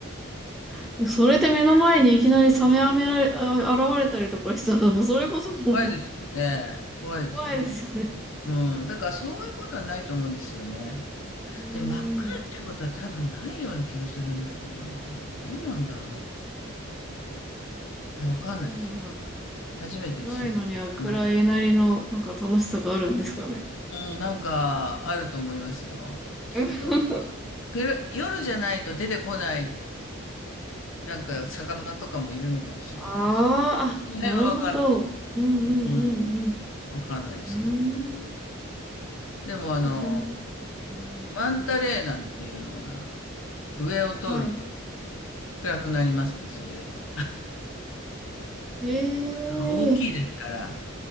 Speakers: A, in the centre; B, on the left (about 70°).
A: <laughs> それで目の前にいきなりサメあめられ、あ、現れたりとかしたら、もうそれこそもう
B: 怖いですよね。怖いですよね。
A: <laughs> 怖いですよね。
B: うん。だからそういうことはないと思うんですよね。
A: うーん。
B: で、真っ暗っていうことは多分ないような気がするんだけどな。どうなんだろう。いや、わかんないですね。
A: ええ
B: 初めて聞きま
A: 暗いのには暗いなりの、
B: した。
A: なんか楽しさがあるんですかね。
B: うん、なんかあると思いますよ。きっと。
A: <laughs>
B: くる夜じゃないと出てこない、なんか魚とかもいるのかもしれないし。
A: あーあ、
B: その辺はわかんない。
A: なるほど。うんうんうん
B: うんうん、わかんないですけどね。
A: うん。うーん。
B: でもあの、
A: いや、でも、うん
B: マンタレーなんていうのが上を通ると
A: はい。
B: 暗くなりますね、そういえば。
A: ええ
B: あの大きいですから、